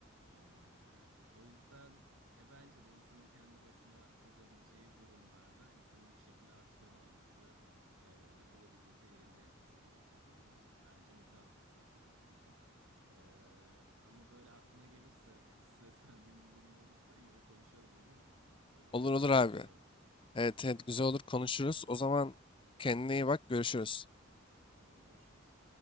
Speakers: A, on the right; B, on the left.
A: Ee, o yüzden ya bence de insanın kendi başına çözebileceği durumlarda insanın bir şekilde aksiyon alması ve e, olabildiğince elimine etmesi gerekiyor durumu. Bence mutabıkız zaten bu konuda. Ee, ama böyle aklına gelirse, <laughs> streslendiğim bir durum olursa yine konuşalım olur mu? Böyle
B: Olur
A: rahatlatıyor.
B: olur abi. Evet,
A: Hı hı.
B: evet güzel olur konuşuruz. O zaman kendine iyi bak görüşürüz.
A: Hadi görüşürüz.